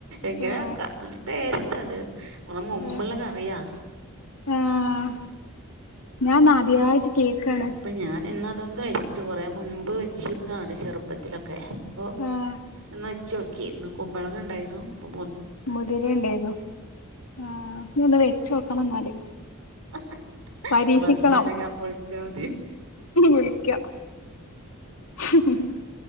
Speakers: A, on the right; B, on the left.
A: എങ്ങനെ
B: ആഹ്
A: ആക്ക നല്ല ടേസ്റ്റ് അത് കുറെ മുമ്പുള്ളൊക്കെ
B: ആഹ്
A: അറിയാ
B: ആഹ് ഞാൻ ആദ്യായിട്ട് കേക്കാണ്
A: അപ്പൊ ഞാൻ എന്നാ അതൊന്ന വെച്ചു കൊറെ മുൻപ് വെച്ചിരുന്നാണ് ചെറുപ്പത്തിലൊക്കെ അപ്പൊ
B: ആഹ്
A: ന്ന് ച്ച് നോക്കിന്ന് കൊുമ്പളങ്ങ ഉണ്ടായിരുന്നുപ്പൊ
B: മുതിര ഉണ്ടായിരുന്നു ആ ന എന്ത വെച്ച നോക്കണം എന്നല്
A: <unintelligible>
B: പരീക്ഷിക്കണം
A: സംശയം ഇണ്ടെങ്കി അപ്പൊ വിളിച്ചാ മതി.
B: വിളിക്കാം <unintelligible>